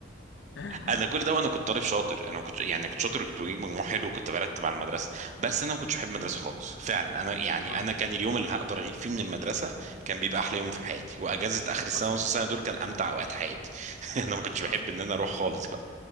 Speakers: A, on the left (about 60°); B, on the right (about 40°).
A: <laughs>
B: انا كل ده وانا كنت طالب شاطر انا كنت يعني كنت شاطر وكنت بجيب مجموع حلو وكنت برتب على المدرسه بس انا ما كنتش بحب المدرسه
A: ايوه
B: خالص فعلا انا يعني
A: اه
B: انا كان اليوم اللي هقدر اغيب فيه من المدرسه كان بيبقى احلى يوم في حياتي واجازه اخر السنه
A: حصل
B: ونص السنه دول كان امتع اوقات حياتي <laughs> انا ما كنتش بحب
A: حصل
B: ان انا اروح خالص بقى